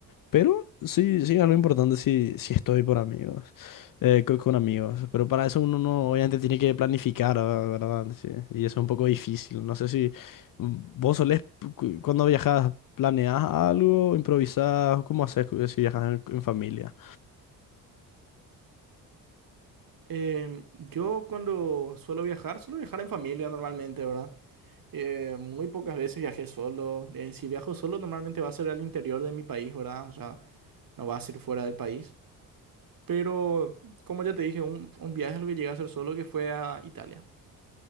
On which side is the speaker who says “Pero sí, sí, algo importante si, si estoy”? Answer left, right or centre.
Left